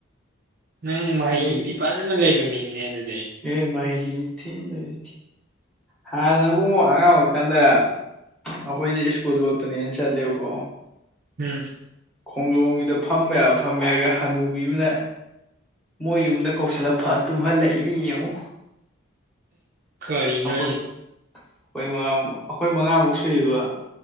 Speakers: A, on the right; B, in the centre.
A: ꯅꯪ ꯃꯍꯩꯗꯤ
B: ꯑꯗꯒꯤ
A: ꯐꯖꯅ ꯂꯩꯕ ꯃꯤꯅꯤꯅꯦ ꯑꯗꯨꯗꯤ
B: ꯑꯦ ꯃꯥꯍꯤꯒꯤꯗꯤ ꯊꯤ ꯂꯩ ꯍꯥꯟꯅꯕꯨꯨꯡꯉ ꯑꯉꯥꯡ ꯑꯣꯏꯔꯀꯥꯟꯗ ꯑꯩꯈꯣꯏꯗꯤꯦ ꯁ꯭ꯀꯨꯜ ꯂꯣꯠꯄꯅꯦꯅ ꯆꯠꯂꯦꯕꯕꯣ
A: ꯎꯝ
B: ꯈꯣꯡꯖꯣꯝꯒꯤꯗ ꯐꯝꯕ ꯌꯥꯕ ꯐꯝꯃꯦ ꯍꯥꯏꯔꯒ ꯍꯅꯨꯕꯤ ꯑꯃꯅ ꯃꯣꯏ ꯌꯨꯝꯗ ꯀꯧꯁꯤꯜꯂ ꯐ ꯇꯨꯝꯍꯜꯂꯛꯏ ꯃꯤ ꯌꯦꯡꯉꯨ
A: ꯀꯔꯤꯅ
B: ꯑꯩꯈꯣꯏ ꯑꯩꯈꯣꯏ ꯃꯉꯥꯃꯨꯛ ꯑꯩꯈꯣꯏ ꯃꯉꯥꯃꯨꯛ ꯁꯨꯏꯕ